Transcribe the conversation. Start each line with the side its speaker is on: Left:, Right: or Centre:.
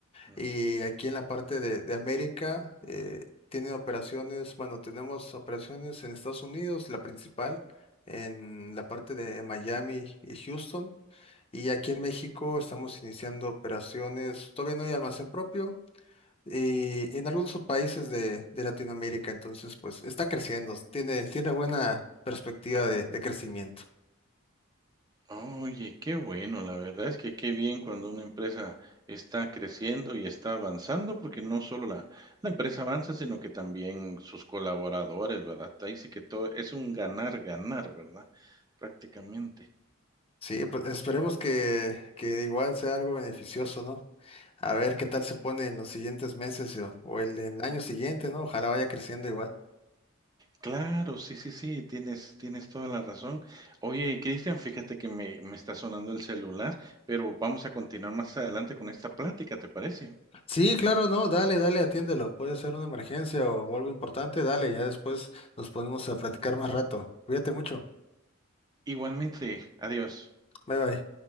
Right: Ujú.
Left: Y aquí en la parte de, de América, eh, tiene operaciones, bueno, tenemos operaciones en Estados Unidos, la principal, en la parte de Miami y Houston. Y aquí en México estamos iniciando operaciones, todavía no hay almacén propio, y en algunos países de, de Latinoamérica, entonces pues está creciendo, tiene, tiene buena perspectiva de, de crecimiento.
Right: Oye, qué bueno, la verdad es que qué bien cuando una empresa está creciendo y está avanzando, porque no solo la, la empresa avanza, sino que también sus colaboradores, ¿verdad? Ahí sí que todo es un ganar, ganar, ¿verdad? Prácticamente.
Left: Sí, pues esperemos que, que igual sea algo beneficioso, ¿no? A ver qué tal se pone en los siguientes meses o, o el, el año siguiente, ¿no? Ojalá vaya creciendo igual.
Right: Claro, sí, sí, sí, tienes, tienes toda la razón. Oye, Cristian, fíjate que me, me está sonando el celular, pero vamos a continuar más adelante con esta plática, ¿te parece?
Left: Sí, claro, no, dale, dale, atiéndelo. Puede ser una emergencia o, o algo importante, dale, ya después nos ponemos a platicar más rato. Cuídate mucho.
Right: Igualmente, adiós.
Left: Bye bye.